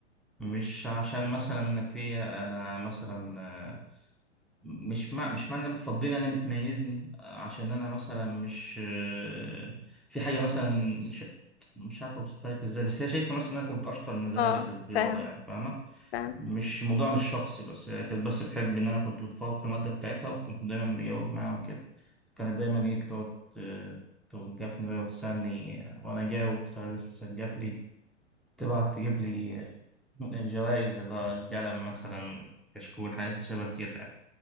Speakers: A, in the centre; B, on the left.
A: مش عشان مثلا أنا فيا أنا مثلا آه، مش مع مش معنى إنها بتفضلني أنا بتميزني آه، عشان أنا مثلا مش آه، في حاجة مثلا ش- مش عارف أوصفها لك إزاي بس هي شايفة مثلا إن أنا كنت أشطر من زمايلي
B: آه،
A: في الرياضة
B: فاهم
A: يعني فاهمة
B: فاهم
A: مش الموضوع مش شخصي بس هي كانت بس بتحب ان انا كنت بتفوق في الماده بتاعتها وكنت دايما بجاوب معاها وكده كانت دايما ايه بتقعد آه، توجفني بقى وتسالني آه، وانا جاوب تخلي الناس تسجف لي تبعت تجيب لي آه، جوائز اللي هو قلم مثلا كشكول حاجات شبه كده يعني